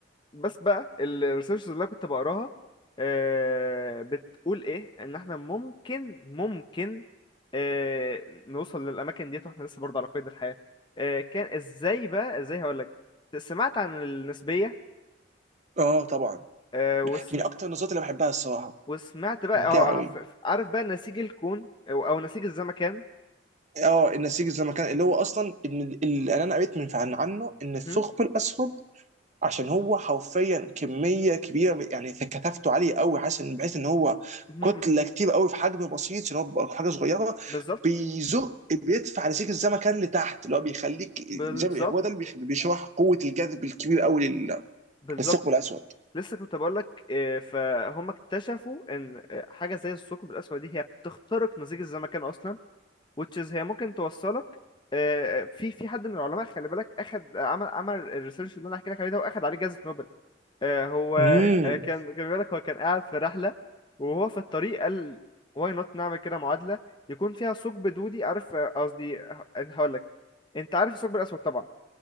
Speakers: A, on the left (about 25°); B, on the right (about 40°).
A: بس بقى الريسيرش اللي أنا كنت بقراها آه، بتقول ايه ان احنا ممكن ممكن آه، نوصل للاماكن ديت واحنا لسه برضه على قيد الحياه آه، كان ازاي بقى ازاي هقولك سمعت عن النسبيه
B: اه طبعا
A: آه، وسم...
B: من اكتر النظريات اللي بحبها الصراحه
A: وسمعت بقى
B: ممتع
A: اه
B: قوي
A: آه، ف- ف- عارف بقى نسيج الكون او أو نسيج الزمكان
B: اه النسيج زي ما كان اللي هو اصلا ان ال- ال- انا قريت من عن عنه ان
A: مهم.
B: الثقب الاسود عشان هو حرفيا كميه كبيره من- يعني كثافته عاليه قوي حاسس ان بحيث ان هو
A: مهم.
B: كتله
A: مهم.
B: كتير قوي في حجم بسيط عشان هو بيبقى حاجه صغيره
A: بالظبط
B: بيزق بيدفع نسيج الزمن كان لتحت اللي هو بيخليك
A: بالظبط
B: زي ما- هو ده اللي بيخ- بيشرح قوه الجذب الكبير قوي لل-
A: بالظبط
B: للثقب الاسود
A: لسه كنت بقول لك آه، فهم اكتشفوا ان آه، حاجه زي الثقب الاسود دي هي بتخترق نسيج الزمكان اصلا which is هي ممكن توصلك آه، آه، في في حد من العلماء خلي بالك اخد عمل عمل الريسيرش اللي انا احكي لك عليه ده واخد عليه جائزه نوبل آه، هو
B: امم
A: آه، كان كان بيقول لك هو كان قاعد في رحله وهو في الطريق قال واي نوت نعمل كده معادله يكون فيها ثقب دودي عارف آه، قصدي هقول لك انت عارف الثقب الاسود طبعا